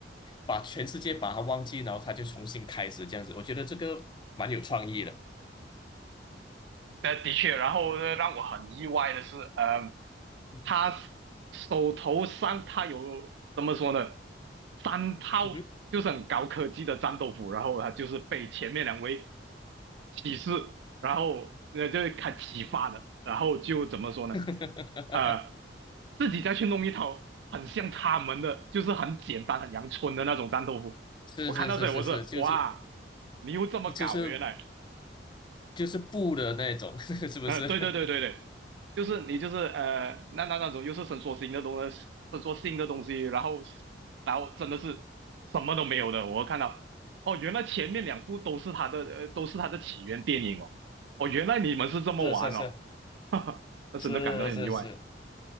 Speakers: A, on the left (about 25°); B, on the right (about 70°).
A: 把全世界把他忘记，然后他就重新开始这样子，我觉得这个蛮有创意的。
B: 呃，的确，然后呢让我很意外的是，呃，
A: <laughs>
B: 他手头上他有怎么说呢？三套就是很高科技的战斗服，
A: 嗯哼，
B: 然后他就是被前面两位启示，然后呃就是开启发的，然后就怎么说呢？
A: <laughs>
B: 呃，自己再去弄一套很像他们的，就是很简单很阳春的那种战斗服。
A: 是是是是是，
B: 我看到这里，我是哇，
A: 就是
B: 你又这么搞，
A: 就是
B: 原来。
A: 就是布的那种，<laughs> 是不是？
B: 呃，对对对对对，
A: <laughs>
B: 就是你就是呃，那那那种就是伸缩性的东西，伸缩性的东西，然后然后真的是什么都没有的。我看到哦，原来前面两部都是他的呃，都是他的起源电影哦。哦，原来你们是这么玩哦，
A: 是是是
B: <laughs> 哈哈，那真的感到很意外。
A: 是是是，